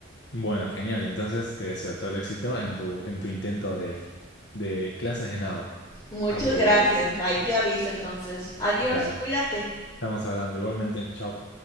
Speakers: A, on the left; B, on the left.
A: Bueno, genial. Entonces te deseo todo el éxito en tu, en tu intento de, de clases de nado.
B: Muchas
A: Autodidactas.
B: gracias, ahí te
A: Mm.
B: aviso entonces. Adiós,
A: Dale,
B: cuídate.
A: estamos hablando igualmente. Chao.